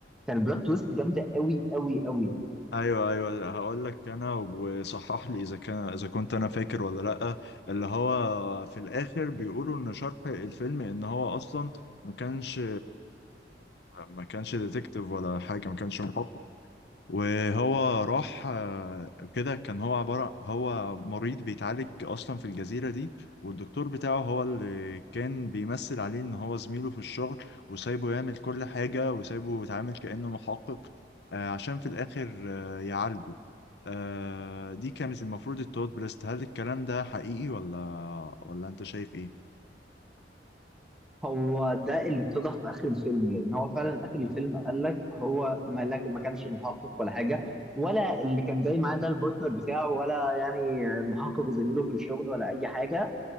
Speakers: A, in the centre; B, on the left.
A: كان البلوت تويست جامده قوي قوي قوي
B: ايوه ايوه هقول لك انا وصحح لي اذا كان اذا كنت انا فاكر ولا لا اللي هو في الاخر بيقولوا ان شرح الفيلم ان هو اصلا ما كانش ما كانش ديتكتيف ولا حاجه ما كانش محقق وهو راح آه، كده كان هو عبارة هو مريض بيتعالج أصلا في الجزيرة دي والدكتور بتاعه هو اللي كان بيمثل عليه إن هو زميله في الشغل وسايبه يعمل كل حاجة وسايبه يتعامل كأنه محقق آه، عشان في الآخر آه، يعالجه آه، دي كانت المفروض التوت بريست هل الكلام ده حقيقي ولا ولا أنت شايف إيه؟
A: هو ده اللي اتضح في اخر الفيلم لان هو فعلا اخر الفيلم
B: مم.
A: قال لك هو ملاك ما كانش محقق ولا حاجه ولا اللي كان جاي معاه ده البارتنر بتاعه ولا يعني المحقق زميله في الشغل ولا اي حاجه